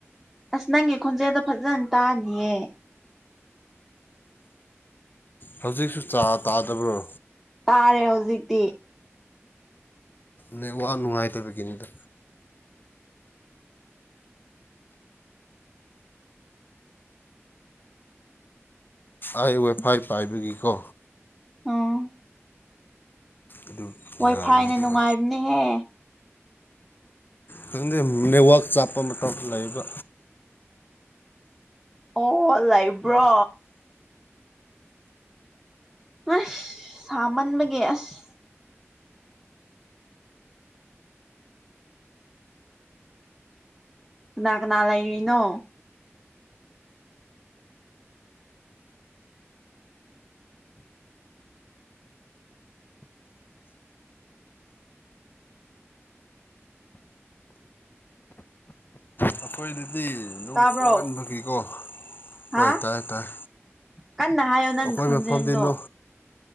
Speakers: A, in the centre; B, on the left (about 45°).
A: ꯑꯁ ꯅꯪꯒꯤ ꯈꯣꯟꯖꯦꯜꯗꯣ ꯐꯖꯅ ꯇꯥꯗꯤꯌꯦ
B: ꯍꯧꯖꯤꯛꯁꯨ ꯆꯥ ꯇꯥꯗꯕ꯭ꯔꯣ
A: ꯇꯥꯔꯦ ꯍꯧꯖꯤꯛꯇꯤ
B: ꯅꯦꯛꯋꯥꯛ ꯅꯨꯡꯉꯥꯏꯇꯕꯒꯤꯅꯤꯗ ꯑꯩ ꯋꯥꯏꯐꯥꯏ ꯄꯥꯏꯕꯒꯤꯀꯣ
A: ꯑꫭ
B: ꯑꯗꯨ
A: ꯋꯥꯏ
B: ꯌꯥꯗꯕ
A: ꯐꯥꯏꯅ ꯅꯨꯡꯉꯥꯏꯕꯅꯦꯍꯦ
B: ꯈꯪꯗꯦ ꯅꯦꯠꯋꯥꯛ ꯆꯞꯄ ꯃꯇꯝ ꯂꯩꯕ
A: ꯑꯣ ꯂꯩꯕ꯭ꯔꯣ ꯑꯁ ꯁꯥꯃꯟꯕꯒꯤ ꯑꯁ ꯀꯅꯥ ꯀꯅꯥ ꯂꯩꯔꯤꯅꯣ
B: ꯑꯩꯈꯣꯏꯗꯗꯤ ꯑꯗꯨꯝ
A: ꯇꯥꯕ꯭ꯔꯣ
B: ꯀꯨꯡꯃꯟꯕꯒꯤꯀꯣ ꯍꯣꯏ
A: ꯍꯥ
B: ꯇꯥꯏ ꯇꯥꯏ
A: ꯀꯟꯅ ꯍꯥꯏꯌꯣ ꯅꯪꯒꯤ
B: ꯑꯩꯈꯣꯏ
A: ꯈꯣꯟꯖꯦꯜꯗꯣ
B: ꯃꯐꯝꯗꯤ ꯅꯣ